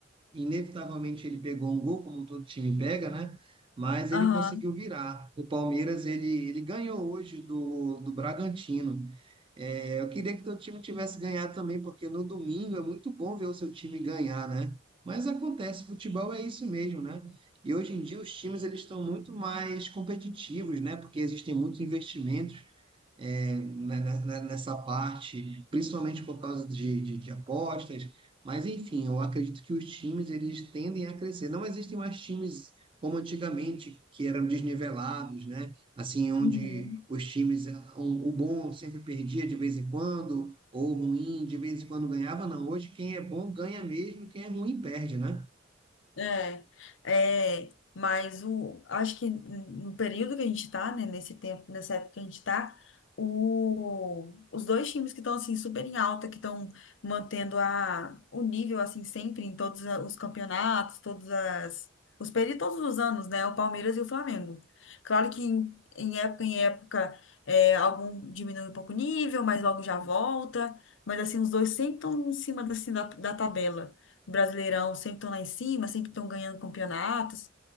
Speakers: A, on the right; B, on the left.
A: Inevitavelmente ele pegou um gol, como todo time pega, né? Mas
B: Aham.
A: ele conseguiu virar. O Palmeiras ele, ele ganhou hoje do, do Bragantino. É, eu queria que teu time tivesse ganhado também, porque no domingo é muito bom ver o seu time ganhar, né? Mas acontece, futebol é isso mesmo, né? E hoje em dia os times eles estão muito mais competitivos, né? Porque existem muitos investimentos é, né, né, né, nessa parte, principalmente por causa de, de, de apostas. Mas, enfim, eu acredito que os times eles tendem a crescer. Não existem mais times como antigamente, que eram desnivelados, né? Assim, onde
B: Uhum.
A: os times, o, o bom sempre perdia de vez em quando, ou o ruim de vez em quando ganhava. Não, hoje quem é bom ganha mesmo, quem é ruim perde, né?
B: É, é, mas o, acho que no período que a gente tá, né, nesse tempo, nessa época que a gente tá, o, os dois times que estão, assim, super em alta, que estão mantendo a, o nível, assim, sempre em todos a- os campeonatos, todas as, os períodos, todos os anos, né, o Palmeiras e o Flamengo. Claro que em, em época em época, é, algum diminui um pouco o nível, mas logo já volta, mas, assim, os dois sempre estão em cima, assim, da, da tabela. Brasileirão sempre estão lá em cima, sempre estão ganhando campeonatos.